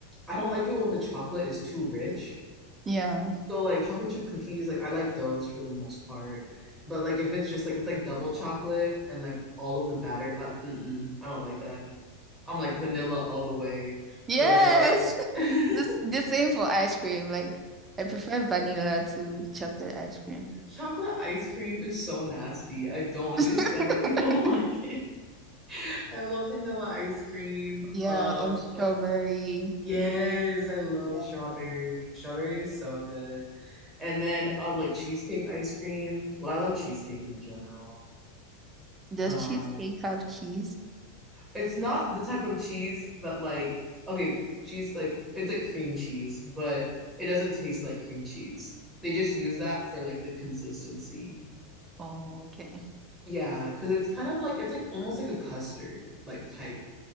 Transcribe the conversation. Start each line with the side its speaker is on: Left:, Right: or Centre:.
Centre: I don't like it when the chocolate is too rich.
Right: Yeah.
Centre: So like chocolate chip cookies, like I like those for the most part. But like if it's just like if it's like double chocolate and like all of the batter, uh, mm-mm, I don't like that. I'm like vanilla all the way,
Right: Yes.
Centre: or like I like <laughs>
Right: <laughs> This the same for ice cream. Like I prefer vanilla to chocolate ice cream.
Centre: chocolate ice cream is so nasty. I don't understand
Right: <laughs>
Centre: why people <laughs> like it. <laughs> I love vanilla ice cream.
Right: Yeah,
Centre: Uh,
Right: or strawberry.
Centre: what? Yes, I love
Right: Yeah.
Centre: strawberry. Strawberry is so good. And then um, like cheesecake ice cream. Well, I love cheesecake in general.
Right: Does
Centre: Uh,
Right: cheesecake have cheese?
Centre: it's not the type of cheese that like okay, cheese like it's like cream cheese, but it doesn't taste like cream cheese. They just use that for like the consistency.
Right: Oh, okay.
Centre: Yeah, because it's kind of like it's like almost like a custard like type